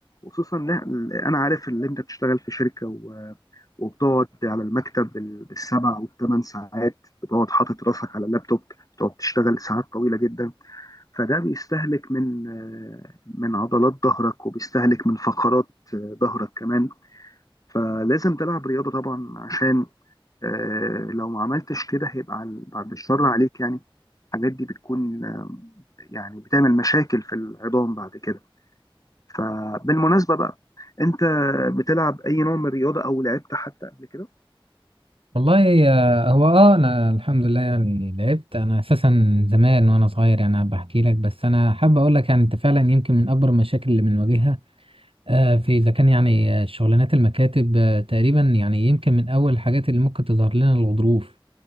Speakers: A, on the left; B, on the right.
A: خصوصا لا أنا عارف إن أنت بتشتغل في شركة و- وبتقعد على المكتب بال- بالسبع والثمان ساعات بتقعد حاطط راسك على اللابتوب بتقعد تشتغل ساعات طويلة جدا فده بيستهلك من آه، من عضلات ظهرك وبيستهلك من فقرات آه، ظهرك كمان فلازم تلعب رياضة طبعا عشان آه، لو ما عملتش كده هيبقى عل- بعد الشر عليك يعني الحاجات دي بتكون آه، يعني بتعمل مشاكل في العظام بعد كده فبالمناسبة بقى انت بتلعب اي نوع من الرياضة او لعبت حتى قبل كده
B: والله آه، هو اه انا الحمد لله يعني لعبت انا اساسا زمان وانا صغير يعني بحكي لك بس انا حابب اقول لك يعني انت فعلا يمكن من اكبر المشاكل اللي بنواجهها آه، في إذا كان يعني آه، شغلانات المكاتب آه، تقريبا يعني يمكن من أول الحاجات اللي ممكن تظهر لنا الغضروف